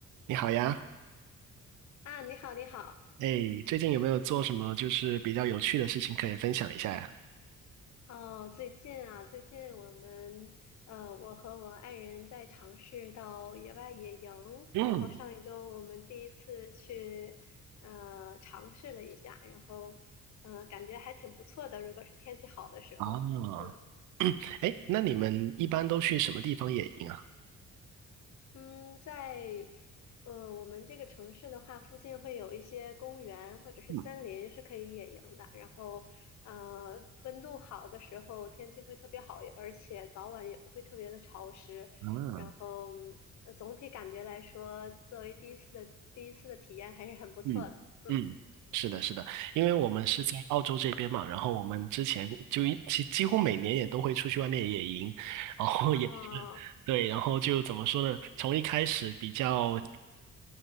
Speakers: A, on the right; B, on the left.
A: 你好呀，
B: 啊，你好，你好。
A: 哎，最近有没有做什么就是比较有趣的事情可以分享一下呀？
B: 哦，最近啊，最近我们呃，我和我爱人在尝试到野外野营，
A: 嗯，
B: 然后上一周我们第一次去呃尝试了一下，然后嗯、呃感觉还挺不错的，如果是天气好的时候，
A: 啊，
B: 嗯。
A: 哎，那你们一般都去什么地方野营啊？
B: 嗯，在呃我们这个城市的话，附近会有一些公园或者是森林是可以野营的。
A: 嗯，
B: 然后，呃，温度好的时候，天气会特别好，而且早晚也不会特别的潮湿。
A: 啊，
B: 然后，呃总体感觉来说，作为第一次的第一次的体验还是很不错的。
A: 嗯嗯，
B: 嗯
A: 是的，是的，因为我们是在澳洲这边嘛，
B: 嗯
A: 然后我们之前就一几几乎每年也都会出去外面野营，然后也是对，
B: 啊。哦
A: 然后就怎么说呢？从一开始比较